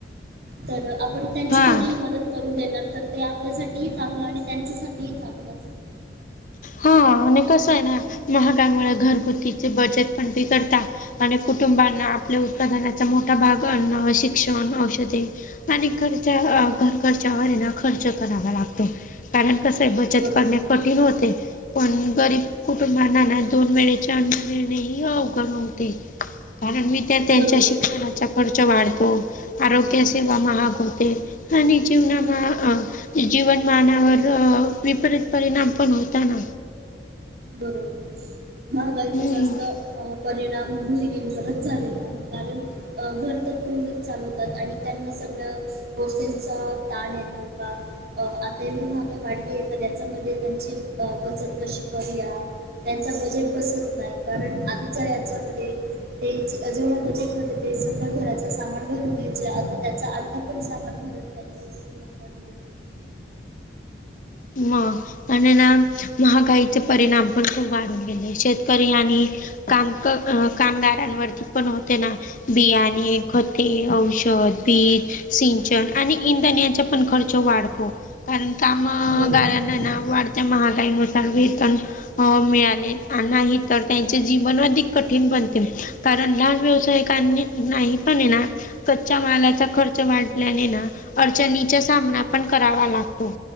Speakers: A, on the right; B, on the left.
A: तर आपण त्यांची
B: हा
A: थोडी मदत. करून देणार तर ते आपल्यासाठीही चांगलं आणि त्यांच्यासाठीही चांगलंच.
B: हा आणि कसं आहे ना महाकायमुळे घरगुती ब पण कर आणि कुटुंबांना आपल्या उत्पादनाचा मोठा भाग. ण शिक्षण औषधे आणि घरच्या घर खर्च्यावर ये ना खर्च करावा लागतो. कारण कसं आहे बचत
A: बरोबर
B: करणे कठीण होते. पण गरीब कुटुंबनाना दोन वेळेचे अन् देणे ह अवघड होते. कारण विद्यार्थ्यांच्या
A: बरोबर
B: शिक्षणाचा खर्च वाढतो आरोग्य सेवा महाग होते आणिा आणि जीवनामा अ जीवनमानावर विपरीत परिणाम पण होताना
A: बरोबर महागायचं
B: हम्म
A: जास्त अ परिणाम गृहिणींवरच झालेला आहे कारण अ भरतभूनीत चालवतात आणि त्यांना सगळं गोफींचा ताण येतो का अ आता एवढी महागाई वाढली आहे तर त्याच्यामध्ये त्यांची बचत कशी करूया त्यांचा बजेट बसत नाही कारण आधीच्या यांच्यामध्ये ते जेवढ बजेटमध्ये ते सगळं घराच सामान भरून घ्यायचे आता त्याचा अर्धा पण सामान भरत बंगळूर तिमपवाडीली
B: म आणि ना महागाईचे परिणाम पण खूप वाढून गेले शेत री आणि काम कामदारांवरती पण होते ना बियाणे खते औषध पीक सिंचन आणि इंधनाचा पण खर्च वाढतो कारण का
A: बरोबर
B: त्याना ना वाढत्या महागाईनुसार वेतन मिळाले नाही तर ते जीवन अधिक कठीण बनते कारण लहान व्यवसायिकांनी नाही पण ये ना कच्च्या माल्याचा खर्च वाढल्याने ना अडचणीचा सामना पण करावा लागतो